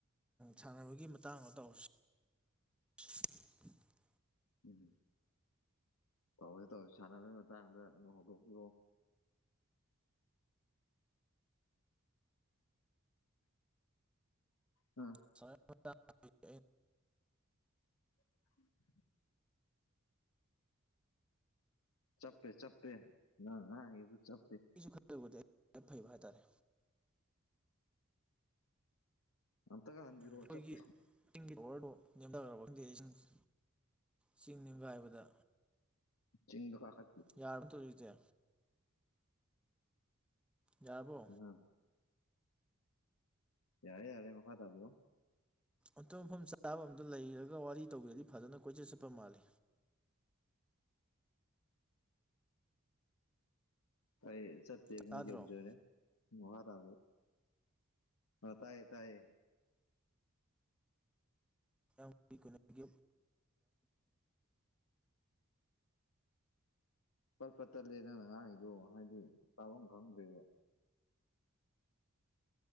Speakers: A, in the centre; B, on the left (about 80°).
A: ꯁꯥꯟꯅꯕꯒꯤ ꯃꯇꯥꯡ ꯑꯃ ꯇꯧꯔꯁꯨ <unintelligible>
B: ꯎꯝ ꯇꯧꯁꯤ ꯇꯧꯋꯁꯤ ꯁꯥꯟꯅꯕꯒꯤ ꯃꯇꯥꯡꯗ ꯑꯗꯨꯝ ꯍꯧꯗꯣꯛꯄꯤꯔꯑꯣ ꯑ
A: <unintelligible>
B: <inaudible> ꯆꯞꯄꯦ ꯆꯞꯄꯦ ꯅꯪ ꯉꯥꯡꯉꯤꯗꯣ ꯆꯞꯄꯦ
A: ꯑꯩꯁꯨ ꯈꯪꯖꯕꯗ ꯑꯩ ꯌꯥꯝ ꯐꯩꯕ ꯍꯥꯏꯇꯥꯔꯦ
B: ꯑꯝꯇꯒ ꯍꯟꯕꯤꯔꯛꯑꯣ
A: ꯎꯝ ꯑꯩꯈꯣꯏꯒꯤ
B: ꯆꯞꯄꯦ
A: ꯇꯤꯡꯒꯤ ꯄꯋꯥꯔꯗꯣ ꯂꯦꯝꯊꯈꯔꯕ ꯈꯪꯗꯦꯁꯤꯡꯁ ꯆꯤꯡ ꯅꯤꯡꯒꯥꯏꯕꯗ
B: ꯆꯤꯡꯗ ꯐꯥ ꯈ
A: ꯌꯥꯔꯕ ꯇꯧꯔꯤꯁꯦ ꯌꯥꯕꯣ
B: ꯑ ꯌꯥꯔꯦ ꯌꯥꯔꯦ ꯃꯈꯥ ꯇꯥꯣ
A: ꯑꯇꯣꯞꯄ ꯃꯐꯝ ꯆꯥꯕ ꯑꯝꯗ ꯂꯩꯔꯒ ꯋꯥꯔꯤ ꯇꯧꯒꯦꯔꯗꯤ ꯐꯖꯅ ꯀꯣꯏꯆꯠ ꯆꯠꯄ ꯃꯥꯜꯂꯤ
B: ꯑꯩ ꯆꯠꯇꯦ ꯃꯣꯏ
A: ꯇꯥꯗ꯭ꯔꯣ
B: ꯌꯧꯖꯔꯦ ꯎ ꯍ ꯇ ꯑ ꯇꯥꯏꯌꯦ ꯇꯥꯏꯌꯦ
A: ꯌꯥꯝ ꯌꯥꯝ
B: ꯄꯠꯄ ꯇꯠꯂꯦ ꯅꯪꯅ ꯉꯥꯥꯏꯗꯣ ꯍꯥꯏꯗꯤ ꯇꯥꯐꯝ ꯈꯪꯗ꯭ꯔꯦꯕ